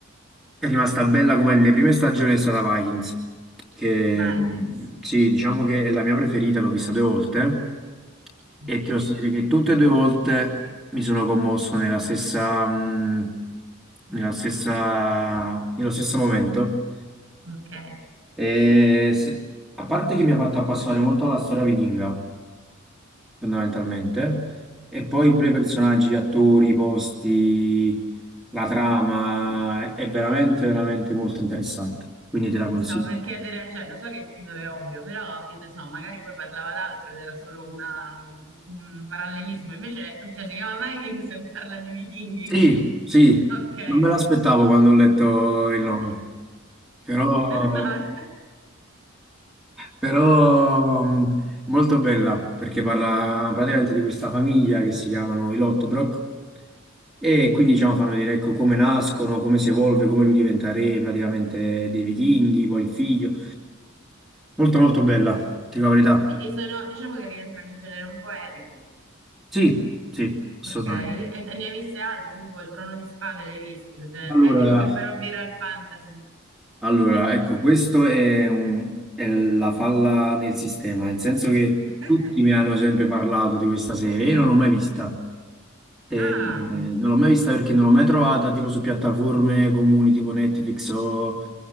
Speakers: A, in the centre; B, on the right (about 70°).
A: è rimasta bella come le prime stagioni è stata Vikings, che
B: Vikings,
A: sì, diciamo che è la mia preferita, l'ho vista due volte
B: ok,
A: e ti posso dire che tutte e due volte mi sono commosso nella stessa, mh, nella stessa, nello stesso momento.
B: ok,
A: E se- a parte che mi ha fatto appassionare molto alla storia vichinga fondamentalmente. E poi
B: ok.
A: pure i personaggi, gli attori, i posti, la trama, è veramente, veramente molto interessante. Quindi te la
B: Mi
A: consiglio.
B: stavo per chiedere, cioè lo so che il titolo è ovvio, però che ne so, magari poi parlava d'altro ed era solo una- un parallelismo, invece cioè, si chiama Vikings e parla di vichinghi.
A: Sì, sì,
B: Ok.
A: non me l'aspettavo quando ho letto il
B: <laughs>
A: nome, però,
B: No.
A: però mh, è molto bella perché parla praticamente di questa famiglia che si chiamano i Lotbrock e quindi diciamo fanno vedere ecco, come nascono, come si evolve, come lui diventa re praticamente dei vichinghi, poi il figlio. Molto molto bella, ti dico la verità.
B: Quindi sono, diciamo che rientra nel genere un po' epico.
A: Sì, sì, assolutamente.
B: Ok, e te ne hai viste altre, tipo il Trono di Spade l'hai visto sul genere
A: Allora,
B: epico che però vira al fantasy.
A: allora, ecco, questo è, un- è la falla nel sistema, nel senso che
B: <laughs>
A: tutti mi hanno sempre parlato di questa serie, io non l'ho mai vista. E
B: Ah,
A: non l'ho mai vista perché non l'ho mai trovata tipo su piattaforme comuni tipo Netflix o,